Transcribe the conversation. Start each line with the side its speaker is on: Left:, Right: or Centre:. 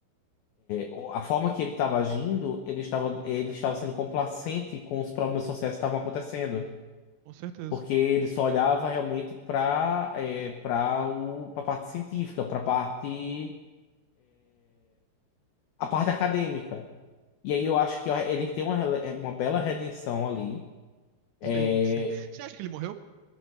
Left: o- a forma que ele estava agindo, ele estava, ele estava sendo complacente com os problemas sociais que estavam acontecendo,
Right: com certeza.
Left: porque ele só olhava realmente para para o para a parte científica, para a parte a parte acadêmica. E aí eu acho que ele tem uma, rele- uma bela redenção ali. É,
Right: Sim, sim. Você acha que ele morreu?